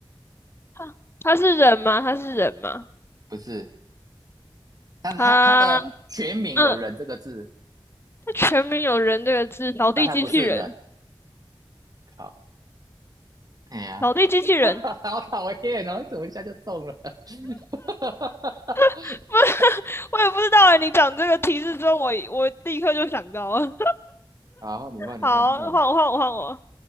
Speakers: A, on the left (about 25°); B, on the right (about 45°).
A: 他他是人吗？他是人吗？
B: 不是，但是它它的全名有人这个字，
A: 他嗯，他全名有人这个字，扫地机器人，
B: 但它不是人。好，<laughs> 哎呀，
A: 扫地机器人。
B: <laughs> 好讨厌哦！怎么一下就中了？<laughs>
A: <laughs> 我也不知道哎，你讲这个提示之后，我我立刻就想到了。
B: 好，你问，你问，
A: 好，
B: 你问。
A: 换我，换我，换我。